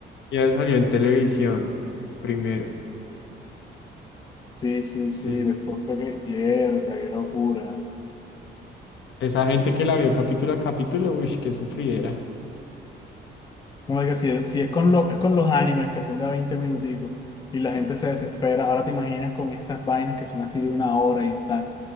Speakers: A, on the left (about 70°); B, on the left (about 20°).
A: Ya salió en televisión primero.
B: Sí, sí, sí,
A: Sí.
B: después fue que, mierda, qué locura.
A: Esa gente que la vio capítulo a capítulo, uy, qué sufridera.
B: No me digas, si, es- si es con lo, es con los animes que son de a 20 minuticos y la gente se desespera, ahora te imaginas con estas vainas que son así de una hora y tal.